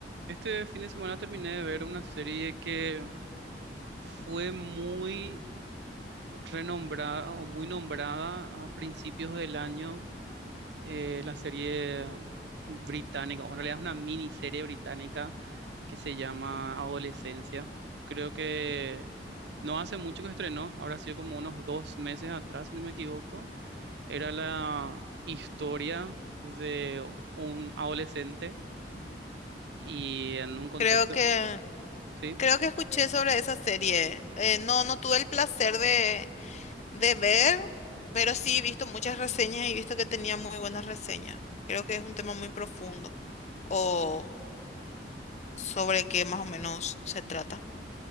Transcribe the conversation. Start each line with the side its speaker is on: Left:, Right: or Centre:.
Right: Este fin de semana terminé de ver una serie que fue muy renombrada o muy nombrada a principios del año, eh, la serie británica, o en realidad es una miniserie británica que se llama Adolescencia. Creo que no hace mucho que estrenó, habrá sido como unos dos meses atrás, si no me equivoco. Era la historia de un adolescente y en un contexto,
Left: Creo que,
Right: ¿sí?
Left: creo que escuché sobre esa serie. Eh, no, no tuve el placer de, de ver, pero sí he visto muchas reseñas y he visto que tenía muy buenas reseñas. Creo que es un tema muy profundo o sobre qué más o menos se trata.